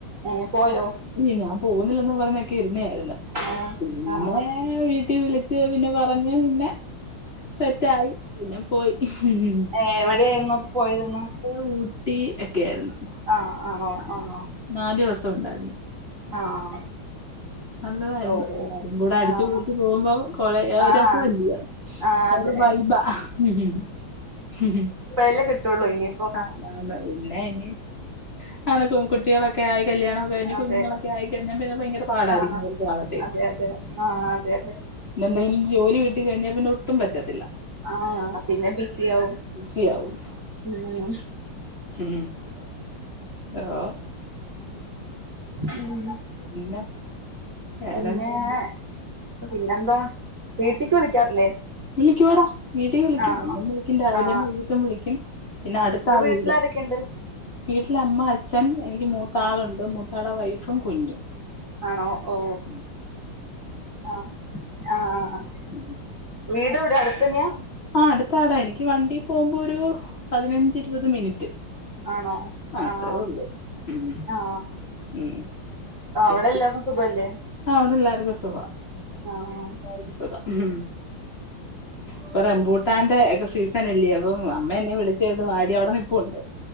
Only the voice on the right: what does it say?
ഏഹ് പോയോ
ഏഹ്
ആഹ്
ഏ വടെയായിരുന്നു, അപ്പൊ പോയിരുന്ന.
ആഹ് ആണോ
ആണോ
ആഹ്.
ഓഹ്
ഓഹ്
ആഹ്
ആഹ്
ആഹ്
അതെ
ഇല്ല കിട്ടയുള്ളൂ ഇനി
അതെ
ആഹ്
അതെ അതെ ആഹ് അതെ അതെ
ആഹ പിന്നെ ബിസി ആവും
ഉം
ഉം
പിന്നെ പിന്നെന്താ വീട്ടിക്ക് വിളിക്കാറില്ലേ
ആണോ
ആഹ്
വിട്ടിലാരെക്കേണ്ട്
ആഹ്
ആണോ ഓ
ആ ആഹ ആഹ് ആ
വീടെവിടെ അടുത്തന്നെയാ
ആണോ
ആഹ
ആഹ
ആ അവിടെ
എല്ലാർക്കും സുഖവല്ലേ
ആഹ്